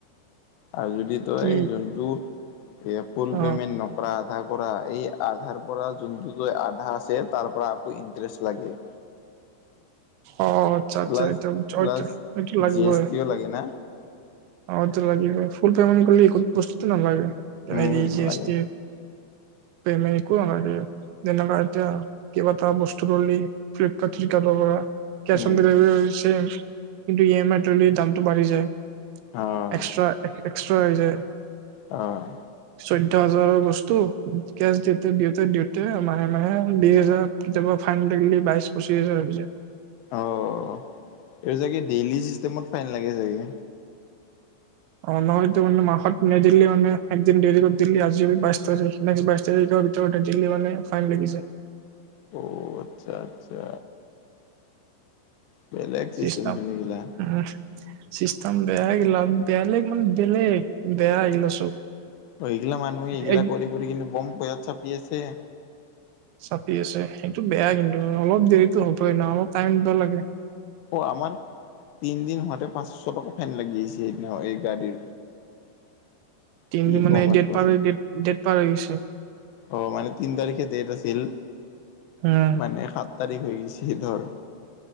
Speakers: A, on the left; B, on the right.
A: আৰু যদি তই
B: কি
A: যোনটো এই ফোল
B: অ
A: পেমেণ্ট নক কৰা আধা কৰা এই আধাৰ পৰা যোনটো তই আধা আছে তাৰ পৰা আকৌ ইণ্টাৰেষ্ট লাগে।
B: অ', আচ্ছা আচ্ছা
A: প্লাছ
B: এইটো
A: প্লাছ
B: <unintelligible> এইটো লাগিবই।
A: জি এছ টিও লাগে না?
B: অ', এইটো লাগিবই, ফোল পেমেণ্ট কৰিলে একো বস্তুটো নালাগে
A: উম,
B: হেৰি
A: নালাগে।
B: জি এ টি পেমেন্ট একো নালাগে। যেনেকা এতিয়া কেইবাটাও বস্তু ধৰলি ফ্লিপকাৰ্ট চ্লিপকাৰ্টৰ পৰা কেচ
A: উম,
B: অন ডেলিভাৰি হৈ গৈছে কিন্তু ই এম আই ধৰলি দামটো বাঢ়ি যায়।
A: অ',
B: এক্সট্ৰা এক্সট্ৰা হৈ যায়।
A: অ'।
B: চৈধ্য হাজাৰৰ বস্তু কেচ দিওঁতে দিওঁতে দিওঁতে মাহে মাহে বিশ হাজাৰ কেতিয়াবা ফাইন লাগলি বাইশ পঁচিছ হাজাৰ হৈ যায়।
A: অ'। এইটো চাগে ডেইলি চিষ্টেমত ফাইন লাগে চাগে।
B: অ নহয় তো মানে মাহত নেদিলি মানে একদিন দেৰি কৰি দিলি আজি বাইশ তাৰিখ। নেক্সট বাইশ তাৰিখৰ ভিতৰত নেদিলি মানে ফাইন লাগি যায়।
A: অ', আচ্ছা আচ্ছা। বেলেগ চিষ্টেম
B: চিষ্টম
A: চোন এইগিলা।
B: উম। চিষ্টেম বেয়া ইগিলা বেলেগ মানে বেলেগ বেয়া ইগিলা চব।
A: অ এইগিলা মানুহে এইগিলা
B: এক
A: কৰি কৰি কিন্তু বম পইচা চাপি আছে।
B: চাপি আছে সেইটো বেয়া কিন্তু অলপ দেৰিতো হ'বই নহ অলপ টাইম <unintelligible> লাগে।
A: অ আমাৰ। তিনিদিন হোৱাতে পাঁচশ টকা ফাইন লাগি আহিছে <unintelligible> এই গাড়ীৰ।
B: তিনিটো
A: কি
B: মানে
A: ক'ম আৰু
B: ডেট
A: কোৱাচোন।
B: পাৰ ডেট, ডেট পাৰ হৈ গৈছে।
A: অ মানে তিন তাৰিখে ডেট আছিল
B: উম
A: মানে সাত তাৰিখ হৈ গৈছে ধৰ।